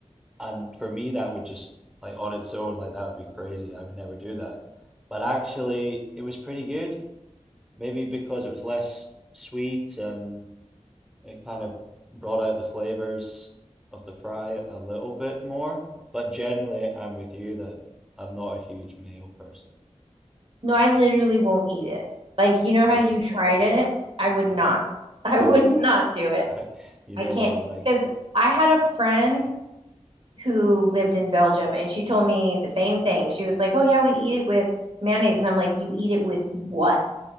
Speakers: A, in the centre; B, on the right.
A: And for me, that would just like on its own, like that would be crazy. I would never do that. But actually, it was pretty good. Maybe because it was less sweet and It kind of brought out the flavors of the fry a little bit more, but generally I'm with you that I'm not a huge mayo person.
B: No, I literally won't eat it. Like, you know
A: Yeah,
B: how you tried
A: okay.
B: it? I would not. <laughs> I
A: You
B: would
A: wouldn't.
B: not do
A: <laughs>
B: it.
A: I, you know
B: I can't
A: what you like.
B: because I had a friend who lived in Belgium and she told me the same thing. She was like, "Oh yeah, we eat it with mayonnaise." And I'm like, "You eat it with what?